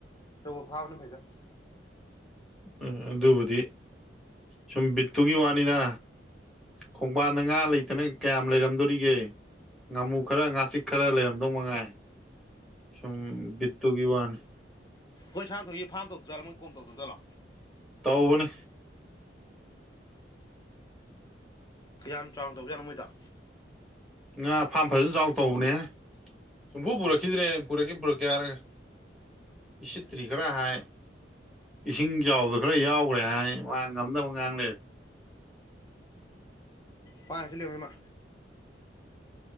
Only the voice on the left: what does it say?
ꯑꯆꯧꯕ ꯐꯥꯕꯅ ꯐꯩꯗ
ꯍꯣꯏ ꯁꯥꯟ ꯊꯣꯛꯣꯛꯒꯤꯥꯝꯧ ꯆꯥꯠꯣ ꯃꯣꯏ ꯀꯣ ꯇꯧ ꯆꯠꯣ
ꯀꯌꯥꯝ ꯆꯥꯎꯅ ꯇꯧꯕꯖꯥꯠꯅꯣ ꯃꯣꯏꯗ
ꯄꯥꯪ ꯍꯥꯏ ꯍꯥꯏ ꯖꯤꯜꯂꯤꯝꯅꯤ ꯃꯥ